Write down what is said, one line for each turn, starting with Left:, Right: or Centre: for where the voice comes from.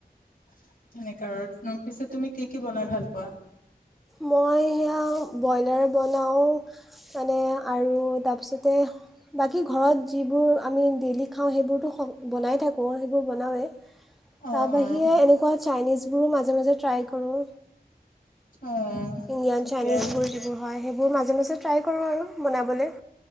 Left: সেনেকা আৰু পিছে তুমি কি কি বনাই ভাল পোৱা?
Centre: মই সেয়া ব্ৰইলাৰ বনাওঁ মানে আৰু তাৰপিছত তে বাকী ঘৰত যিবোৰ আমি ডেইলি খাওঁ সেইবোৰতো বনাই থাকোঁ সেইবোৰ বনাওঁৱেই।
Left: অ অ
Centre: তাৰ বাহিৰে এনেকুৱা চাইনিজবোৰো মাজে মাজে ট্ৰাই কৰোঁ।
Left: অ
Centre: ইণ্ডিয়ান
Left: ঠিকে
Centre: চাইনিজবোৰ যিবোৰ হয় সেইবোৰ মাজে মাজে ট্ৰাই কৰোঁ আৰু বনাবলৈ।